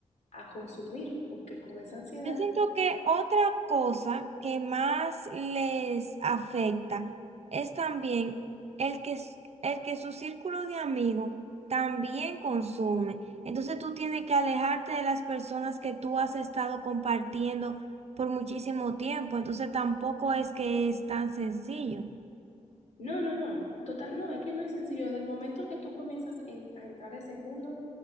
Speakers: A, on the left; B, on the right.
A: a consumir, porque con esa ansiedad
B: Yo siento que otra cosa que más les afecta es también el que, s- el que su círculo de amigos también consume. Entonces tú tienes que alejarte de las personas que tú has estado compartiendo por muchísimo tiempo. Entonces tampoco es que es tan sencillo.
A: No, no, no, total, no, es que no es sencillo. Desde el momento que tú comienzas en- a entrar a ese mundo